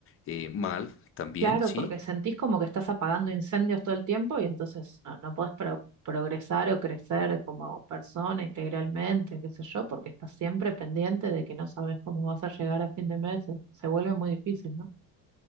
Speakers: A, on the left; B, on the right.
A: eh, mal también,
B: Claro,
A: ¿sí?
B: porque sentís como que estás apagando incendios todo el tiempo y entonces no, no podés pro- progresar o crecer como persona integralmente, qué sé yo, porque estás siempre pendiente de que no sabes cómo vas a llegar a fin de mes. Se se vuelve muy difícil, ¿no?